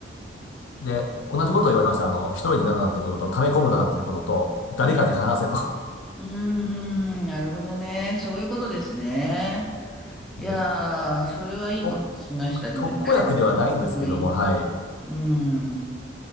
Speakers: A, on the left; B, in the centre.
A: で、同じことを言われました。あの、一人になるなっていうことと、溜め込むなっていうことと、誰かに話せと。
B: えうん、んなるほどね。そういうことですね。いや
A: <laughs> もう
B: ー、それはいいこと聞きました。
A: と
B: でも、
A: 特効薬ではないんですけども、
B: 誰かに話すのがいい。
A: はい。
B: うん、